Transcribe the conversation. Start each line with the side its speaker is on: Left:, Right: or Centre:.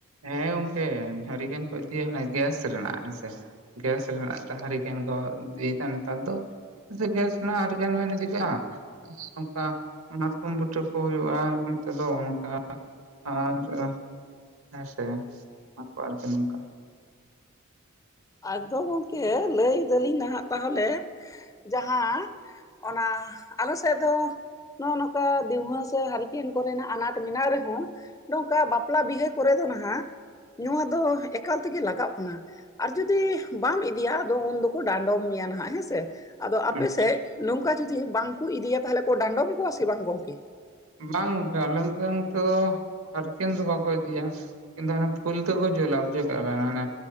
Right: ᱦᱮᱸ ᱜᱚᱝᱠᱮ ᱦᱟᱹᱨᱤᱠᱮᱱ ᱠᱚ ᱤᱫᱤᱭᱟ ᱚᱱᱟ ᱜᱮᱥ ᱨᱮᱱᱟᱜ ᱦᱮᱸᱥᱮ ᱜᱮᱥ ᱨᱮᱱᱟᱜ ᱛᱟ ᱦᱟᱨᱤᱠᱮᱱ ᱠᱚ ᱤᱫᱤᱭ ᱫᱟ ᱱᱮᱛᱟᱨ ᱫᱚ ᱥᱮ ᱜᱮᱸᱥ ᱨᱮᱱᱟᱜ ᱦᱟᱨᱤᱠᱮᱱ ᱵᱮᱱ ᱮᱫᱤᱠᱟᱜᱼᱟ᱾ ᱟᱨ ᱚᱱᱠᱟ ᱢᱟᱛᱠᱚᱢ ᱵᱩᱴᱟᱹ ᱠᱚ ᱦᱩᱭᱩᱜᱼᱟ ᱱᱚᱛᱮᱫᱚ ᱚᱱᱠᱟ ᱟᱨ ᱠᱟᱜᱼᱟ ᱦᱮᱸ ᱥᱮ <unintelligible>
Left: ᱟᱫᱚ ᱜᱚᱝᱠᱮ ᱞᱟᱹᱭ ᱫᱟᱞᱤᱧ ᱱᱟᱦᱟᱜ ᱛᱟᱦᱚᱞᱮ ᱡᱟᱦᱟᱸ ᱚᱱᱟ ᱟᱞᱮ ᱥᱮᱫ ᱫᱚ ᱱᱚᱜ ᱚ ᱱᱚᱝᱠᱟ ᱫᱤᱣᱦᱟᱹ ᱥᱮ ᱦᱟᱨᱤᱠᱮᱱ ᱠᱚᱨᱮᱱᱟᱜ ᱟᱱᱟᱴ ᱢᱮᱱᱟᱜ ᱨᱮᱦᱚᱸ ᱱᱚᱝᱠᱟ ᱵᱟᱯᱞᱟ ᱵᱤᱦᱟᱹ ᱠᱚᱨᱮ ᱫᱚ ᱱᱟᱦᱟᱜ ᱱᱚᱣᱟ ᱫᱚ ᱮᱠᱟᱞ ᱛᱮᱜᱮ ᱞᱟᱜᱚᱜ ᱠᱟᱱᱟ᱾ ᱟᱨ ᱡᱩᱫᱤ ᱵᱟᱢ ᱤᱫᱤᱭᱟ ᱟᱫᱚ ᱩᱱ ᱫᱚᱠᱚ ᱰᱟᱸᱰᱚᱢ ᱢᱮᱭᱟ ᱱᱟᱦᱟᱜ ᱦᱮᱸᱥᱮ ᱟᱫᱚ
Right: ᱦᱮᱸ
Left: ᱟᱯᱮᱥᱮᱡ ᱱᱚᱝᱠᱟ ᱡᱩᱚᱫᱤ ᱵᱟᱝᱠᱚ ᱤᱫᱤᱭᱟ ᱛᱟᱦᱚᱞᱮ ᱠᱚ ᱰᱟᱸᱰᱚᱢ ᱠᱚᱣᱟ ᱥᱮ ᱵᱟᱝ ᱜᱚᱝᱠᱮ
Right: ᱵᱟᱝ ᱜᱚᱢᱠᱮ ᱟᱞᱮ ᱱᱚᱛᱮ ᱱᱚᱛᱮ ᱫᱚ ᱦᱟᱨᱠᱤᱱ ᱫᱚ ᱵᱟᱠᱚ ᱤᱫᱤᱭᱟ ᱠᱤᱱᱛᱩ ᱟᱱᱮ ᱯᱷᱩᱞᱛᱮ ᱠᱚ ᱡᱩᱞᱟ ᱵᱩᱡᱷᱟᱹᱣ ᱠᱮᱫ-ᱟ ᱵᱮᱱ ᱟᱱᱮ